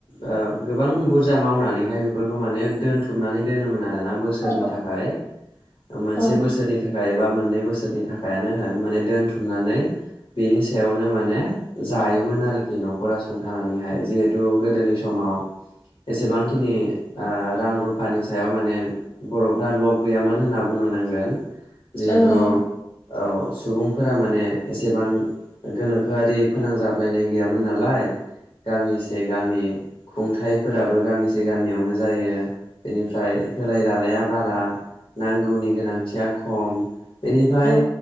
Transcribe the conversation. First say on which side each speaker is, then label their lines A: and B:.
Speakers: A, on the left (about 70°); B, on the left (about 30°).
A: ओ गोबां बुरजा मावनानैहाय बेफोरखौ माने दोनथुमनानै दोनोमोन आरो ना बोसोरनि
B: औ
A: थाखाय मोनसे
B: औ
A: बोसोर एबा मोननै बोसोरनि थाखायानो होन माने दोनथुमनानै बेनि सायावनो माने जायोमोन आरोखि नखरा सुंथानानैहाय जिहेथु गोदोनि समाव एसेबांखिनि आ रां रुफानि सायाव माने बरफ्रा लब गैयामोन होनना बुंनो नांगोन जिहेथु
B: औ
A: औ सुबुंफोरा माने एसेबां गोनोखोआरि फोनांजाबलायनाय गैयामोन नालाय गामि से गामि खुंथाइफोराबो गामि से गामियावनो जायो बेनिफ्राय होलाय लालाया बारा नांगौनि गोनां खम बेनिफ्राय
B: औ